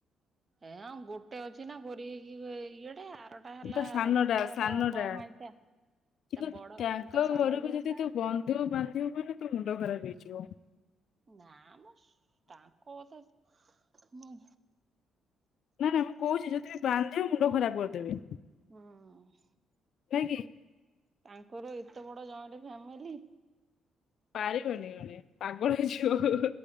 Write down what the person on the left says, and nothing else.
ପୁରା ସାନଟା
ସାନଟା
କିନ୍ତୁ
ତାଙ୍କ
ଘରକୁ
ଯଦି
ବନ୍ଧୁ ତୁ ବାନ୍ଧିବୁ ମାନେ ତ ମୁଣ୍ଡ ଖରାପ ହେଇଯିବ।
ନା ନା ମୁଁ କହୁଛି ଯଦି ବି ବାନ୍ଧିିବ ମୁଣ୍ଡ ଖରାପ କରିଦେବେ।
କାହିଁକି?
ପାରିବନି ଜଣେ ପାଗଳ ହେଇଯିବ।